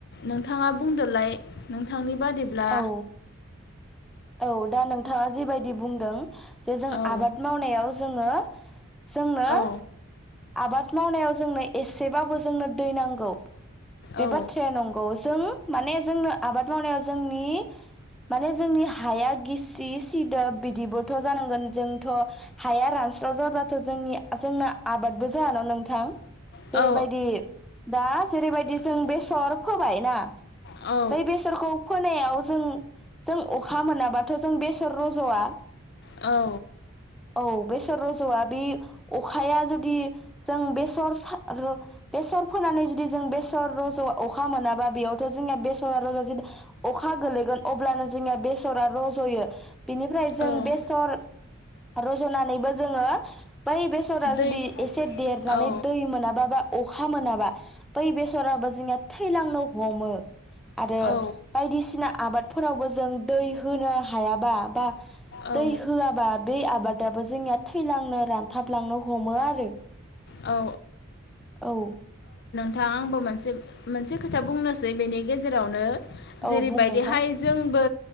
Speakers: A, on the left; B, in the centre.
A: नोंथाङा बुंदोलाय नोंथांनि बादिब्ला
B: औ औ दा नोंथाङा जिबायदि बुंदों जे जों
A: औ
B: आबाद मावनायाव जोङो जोंनो
A: औ
B: आबाद मावनायाव जोंनो एसेबाबो जोंनो दै नांगौ बे
A: औ
B: बाथ्राया नंगौ जों माने जोंनो आबाद मावनायाव जोंनि माने जोंनि हाया गिसि सिदोब बिदिबोथ' जानांगोन जोंथ' हाया रानस्राव जाबाथ' जोंनि जोंना आबादबो जायाना नोंथां
A: औ
B: जेरैबायदि दा जेरैबायदि जों बेसर फोबाय ना
A: औ औ
B: बै बेसरखौ फोनायाव जों जों अखा मोनाबाथ' जों बेसर रज'आ
A: औ
B: औ बेसर रज'आ बि अखाया जुदि जों बेसर सार बेसर फोनानै जुदि जों बे सर रज' अखा मोनाबा बेयावथ' जोंनिया बेसरा <unintelligible> अखा गोलैगोन अब्लानो जोंनिया बेसरा रज'यो बिनिफ्राय जों
A: औ
B: बेसर रज'नानैबो जोङो बै बेसरा
A: दै
B: जुदि एसे देरनानै
A: औ
B: दै मोनाबा बा अ अखा मोनाबा बै बेस सराबो जोंनिया थैलांनो हमो आरो
A: औ
B: बायदिसिना आबादफोरावबो जों दै होनो हायाबा बा
A: औ
B: दै होआबा बै आबादाबो जोंनिया थैलांनो रानथाबलांनो हमो आरो
A: औ
B: औ
A: थां आंबो मोनसे मोनसे खोथा बुंनोसै बेनि गेजेरावनो जेरैबायदिहाय
B: औ बुं नोंथां
A: जोंबो